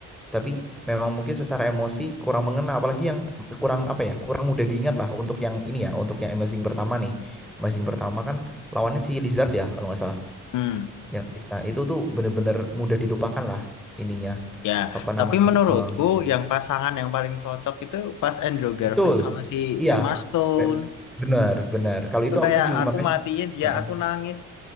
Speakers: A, in the centre; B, on the left.
A: tapi memang mungkin secara emosi kurang mengena apalagi yang kurang apa ya kurang mudah diingat lah untuk yang ini ya untuk yang Amazing pertama nih Amazing pertama kan lawannya si Lizard ya kalau nggak salah
B: Hmm.
A: yang nah itu tuh bener-bener mudah dilupakan lah ininya
B: Ya,
A: apa namanya
B: tapi menurutku
A: eh,
B: yang pasangan yang paling cocok itu pas Andrew Garfield
A: Betul.
B: sama si
A: Iya,
B: Emma Stone.
A: be- benar, benar. Kalau
B: Itu
A: itu aku
B: kayak
A: setuju,
B: aku
A: makanya
B: matiin dia,
A: Heeh.
B: aku nangis.